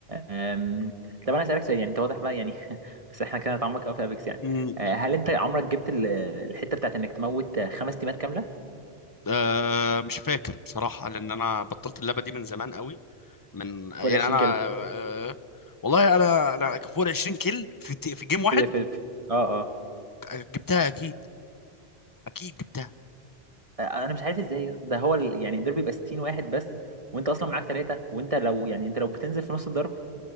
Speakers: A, on the right; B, on the left.
A: أم، طب انا اسالك سؤال يعني انت واضح بقى يعني <laughs> بس احنا كده هنتعمق قوي في ابيكس يعني
B: مم.
A: آه، هل انت عمرك جبت ال- الحته بتاعت انك تموت خمس تيمات كامله
B: آه مش فاكر بصراحة لأن أنا بطلت اللعبة دي من زمان قوي من يعني
A: فول 20
B: انا
A: كده
B: آه، والله انا انا فوق 20 كيل في ت- في جيم واحد
A: في في في- اه اه
B: جبتها اكيد اكيد جبتها
A: انا مش عارف ازاي يا اسطى. ده هو ال... يعني الضرب يبقى 60 واحد بس وانت اصلا معاك ثلاثه وانت لو يعني انت لو بتنزل في نص الضرب